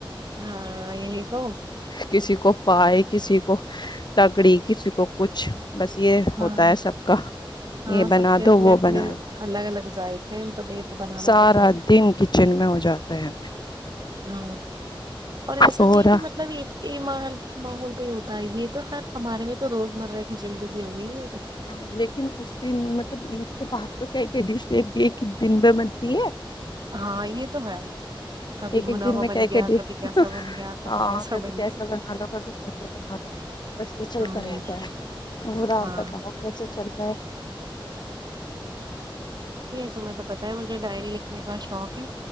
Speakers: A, on the right; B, on the left.
A: ہاں ہی تو
B: کسی کو پائے کسی کو تگڑی کسی کو کچھ بس یہ
A: ہاں
B: ہوتا ہے سب کا
A: ہاں
B: یہ بنا
A: سب کے اپنے
B: دو وہ
A: اپنے
B: بنا دو
A: الگ الگ ذائقے ہیں تو یہ تو بنانا
B: سارا
A: تو پڑے گا
B: دن کچن میں ہو جاتا ہے ہمیں
A: ہاں اور ایسا
B: پورا
A: نہیں ہے کہ مطلب ماحول پہ ہوتا ہے یہ تو خیر ہمارے میں تو روزمرہ کی زندگی جی تو
B: ہاں لیکن اس دن مطلب عید کے بعد تو کیا کیا ڈش ایک دن ب بنتی ہے
A: ہاں یہ تو ہے کبھی
B: ایک
A: بھنا
B: ایک دن
A: ہوا
B: میں
A: بن
B: کہ
A: گیا
B: کے دے
A: کبھی کیسا بن گیا کبھی
B: ہاں کبھی
A: بن گیا
B: کیسا بنا لو کبھی کیسے بنا لو بس یہ چلتا
A: ہوں ہوں
B: رہتا ہے اورا
A: ہاں
B: آپ بتاؤ کیسا چل رہا ہے
A: تو میں تو پتا ہے مھے ڈائری لکھ میرا شوق ہے